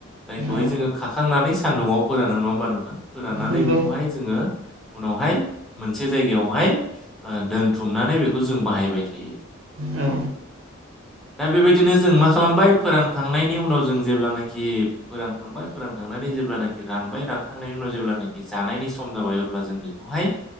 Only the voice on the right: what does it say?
औ
नंगौ
औ